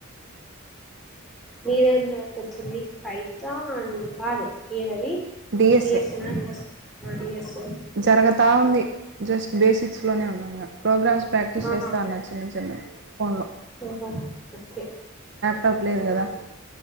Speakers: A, in the centre; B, on the right.
A: మీదెంతవరకు వచ్చింది పైథాన్ కాదు ఏందదీ
B: డిఎస్ఏ
A: బిఎస్ నా ఎంఎస్ అడి ఎస్
B: జరగతా ఉంది జస్ బేసిక్స్ లోనే ఉన్నాము ప్రోగ్రామ్స్ ప్రాక్టీస్
A: ఆహా
B: చేస్తా ఉన్నాన్ చిన్న చిన్న ఫోన్ లో
A: ఓహో ఓకే
B: తప్పు లేదు కదా